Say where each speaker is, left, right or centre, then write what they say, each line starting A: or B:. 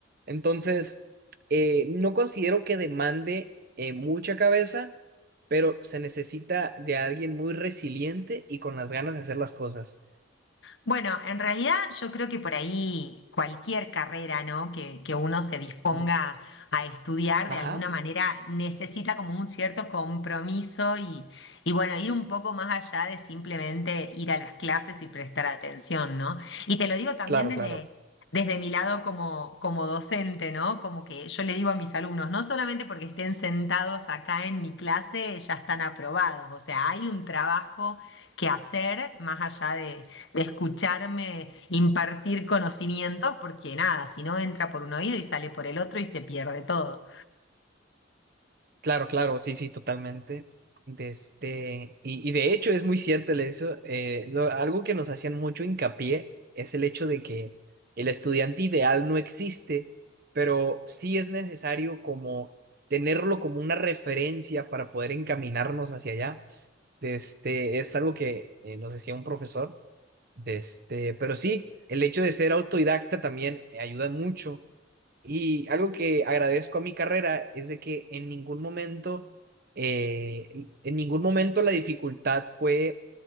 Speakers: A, on the right (about 50°); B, on the left (about 65°).
A: Entonces, eh, no considero que demande eh, mucha cabeza pero se necesita de alguien muy resiliente y con las ganas de hacer las cosas.
B: Bueno, en realidad yo creo que por ahí cualquier carrera, ¿no? que, que uno se disponga
A: Mm,
B: a estudiar
A: Ajá,
B: de alguna manera necesita como un cierto compromiso y, y bueno, ir un poco más allá de simplemente ir a las clases y prestar atención, ¿no? Y te lo digo también
A: claro,
B: desde,
A: claro,
B: desde mi lado como, como docente, ¿no? Como que yo le digo a mis alumnos, no solamente porque estén sentados acá en mi clase, ya están aprobados, o sea, hay un trabajo que hacer más allá de de escucharme impartir conocimientos, porque nada, si no entra por un oído y sale por el otro y se pierde todo.
A: claro, claro, sí, sí, totalmente. De este, y, y de hecho es muy cierto el eso, eh, lo- algo que nos hacían mucho hincapié es el hecho de que el estudiante ideal no existe, pero sí es necesario como tenerlo como una referencia para poder encaminarnos hacia allá. De este, es algo que eh, nos decía un profesor De este, pero sí, el hecho de ser autodidacta también eh, ayuda mucho. Y algo que agradezco a mi carrera es de que en ningún momento, eh, en ningún momento la dificultad fue